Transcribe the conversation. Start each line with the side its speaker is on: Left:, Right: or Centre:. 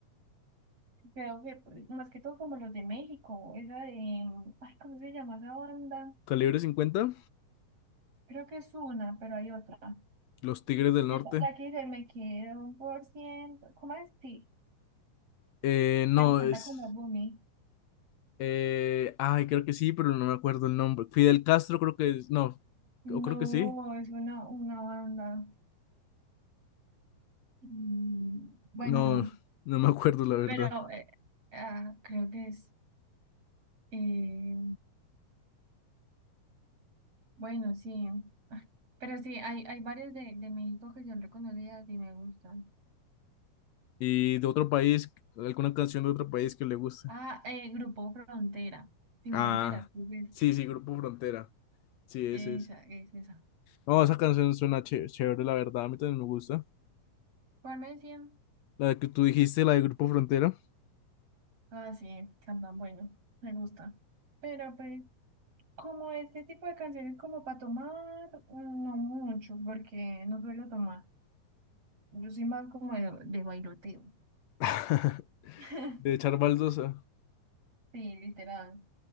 Right: Creo que pues, más que todo como los de México, esa de, mm, ay, ¿cómo se llama esa banda?
Left: ¿Calibre cincuenta
Right: Creo que es una, pero hay otra.
Left: Los Tigres del
Right: La,
Left: Norte.
Right: la que dice, me quedo un por ciento, ¿cómo es? Sí,
Left: Eh, no,
Right: la que canta
Left: es.
Right: como Bunny.
Left: eh, ay, creo que sí, pero no me acuerdo el nombre. Fidel Castro, creo que es. No,
Right: No,
Left: o creo que sí.
Right: es una, una banda. Mm, bueno,
Left: No,
Right: no,
Left: no me acuerdo, la verdad.
Right: pero eh, ah, creo que es, eh, bueno, sí. Ah, Pero sí, hay, hay varias de, de México que son reconocidas y me gustan.
Left: Y de otro país, alguna canción de otro país que le guste.
Right: Ah, eh, Grupo Frontera. Sin
Left: Ah,
Right: fronteras, creo que es.
Left: sí, sí, Grupo Frontera. Sí, ese
Right: Esa,
Left: es.
Right: es esa.
Left: No, esa canción suena ché- chévere, la verdad. A mí también me gusta.
Right: ¿Cuál me decían?
Left: La que tú dijiste, la de Grupo Frontera.
Right: Ah, sí, cantan bueno, me gusta. Pero pues, como este tipo de canciones como para tomar, mm, no mucho, porque no suelo tomar. Yo soy más como de, de bailoteo.
Left: <laughs>
Right: <laughs>
Left: De echar baldosa.
Right: Sí, literal.